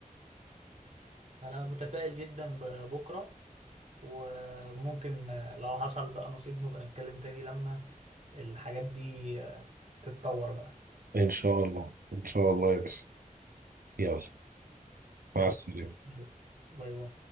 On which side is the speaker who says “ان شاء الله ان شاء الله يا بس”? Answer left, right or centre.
Right